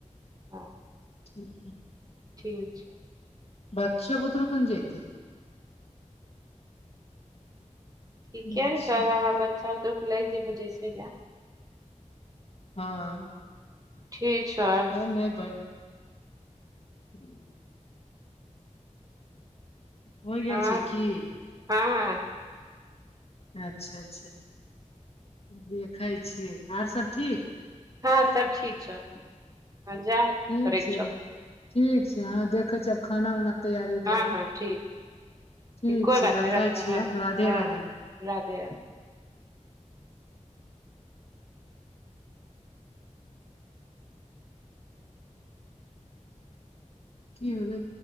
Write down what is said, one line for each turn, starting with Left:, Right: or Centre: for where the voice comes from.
Right: हँ
Left: ठीक ये
Right: ठीक छै
Left: अच्छह बदरू के नऽ जाइत
Right: ठीके
Left: अच्छा
Right: ने छै आब आहाँ बच्चा दुख लागि जेय बुझे छै या
Left: हँ
Right: ठीक छै
Left: बनैबै <unintelligible> होइ गेल
Right: हँ
Left: छै की
Right: हँ
Left: अच्छा अच्छा देखै छियै और सब ठीक
Right: हँ सब ठीक छै हँ जा
Left: ठीक
Right: करैके
Left: छै
Right: छौ
Left: र ठीक छै अहाँ देखै छी आब खाना उना तैयारी करबै
Right: हँ हँ ठीक
Left: ठीक
Right: कोइ
Left: छै
Right: बात
Left: रखै
Right: नहि रखो
Left: छियै
Right: हँ
Left: राधे
Right: हँ
Left: राधे
Right: राधे राधे
Left: की भेलै